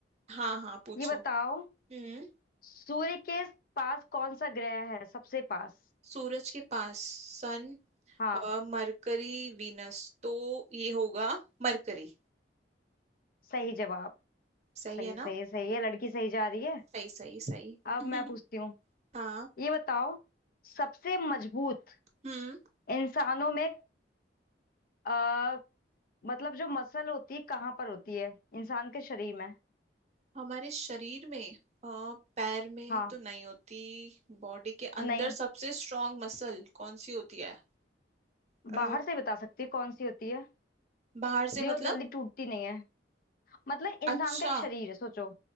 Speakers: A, on the right; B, on the left.
A: हाँ हाँ पूछो
B: ये बताओ
A: हम्म
B: सूर्य के पास कौन सा ग्रह है सबसे पास
A: सूरज के पास सन
B: हाँ
A: मरकरी वीनस तो ये होगा मरकरी
B: सही जवाब
A: सही
B: सही
A: है ना
B: सही सही है लड़की सही जा रही है
A: सही सही सही
B: अब
A: <laughs>
B: मैं पूछती हूँ
A: हाँ
B: ये बताओ सबसे मजबूत
A: हम्म
B: इंसानों में आ, मतलब जो मसल होती है कहाँ पर होती है इंसान के शरीर में
A: हमारे शरीर में अ, पैर में
B: हाँ
A: तो नहीं होती बॉडी के
B: नहीं
A: अंदर सबसे स्ट्रांग मसल कौन सी होती है अ,
B: बाहर से बता सकती है कौन सी होती है
A: बाहर से
B: जो
A: मतलब
B: जल्दी टूटती नहीं है मतलब इंसान
A: अच्छा
B: का एक शरीर है सोचो